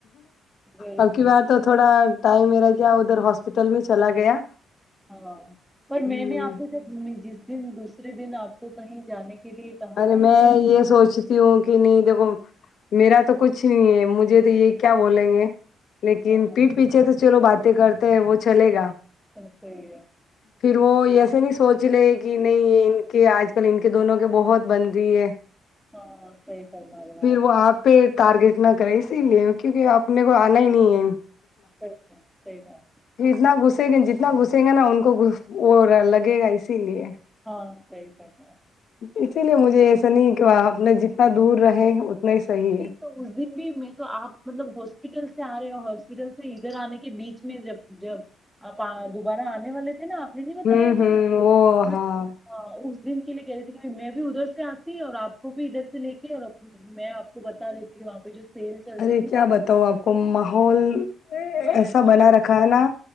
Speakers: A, in the centre; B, on the left.
A: ضرور
B: اب کی بار تو تھوڑا ٹائم میرا کیا ادھر ہاسپٹل میں چلا گیا
A: ہاں پر
B: ہ
A: میں نے آپ سے جب گھمی جس دن دوس دن آپ کو کہیں جانے کے لیے کہا
B: ارے
A: تھا نا
B: میں
A: تو
B: یہ سوچتی ہوں کہ نہیں دیکھو میرا تو کچھ نہیں ہے مجھے تو یہ کیا بولیں گے لیکن
A: ہاں
B: پیٹھ پیچھے تو چلو بات کرتے ہیں وہ چلے گا
A: چ صحی ہے
B: پھر وہ ایسے نہیں سوچ لے کہ نہیں یہ ان کے آج کل ان کے دونوں کے بہت بن رہ ہے
A: ہاں صحی فمارے
B: پھر
A: آپ
B: وہ پہ ٹارگیٹ نہ کرے اسی لیے کیونکہ اپنے کو آنا ہی نہیں ہے
A: اچھ صحی بات
B: اتنا گھسیں گے جتنا گھسیں گے نا ان کو وہ لگے گا اسی لیے
A: ہاں صحیح فرما رہے ہو۔
B: اسی لیے مجھے ایسا نہیں کہ اپنا جتنا دور رہے ہی صحیح ہے
A: تو اس دن بھی میں تو آپ مطلب ہاسپٹل سے آ رہے ہو ہاسپٹل سے ادھر آنے کے بیچ میں جب جب آپ دوبارہ آنے والے تھے نا آپ میں نہیں بتایا
B: ہوں
A: تھا
B: ہوں وہ ہاں
A: اس دن کے لیے کہ رہی تھی میں بھی ادھر سے آتی اور آپ کو بھی ادھر سے لے کے اور میں آپ کو بتا رہی تھی وہاں پہ جو سیل چل
B: ارے
A: رہی تھی
B: کیا بتاؤ آپ کو ماحول
A: وہ ہیئر،
B: ایسا بنا رکھا ہے نا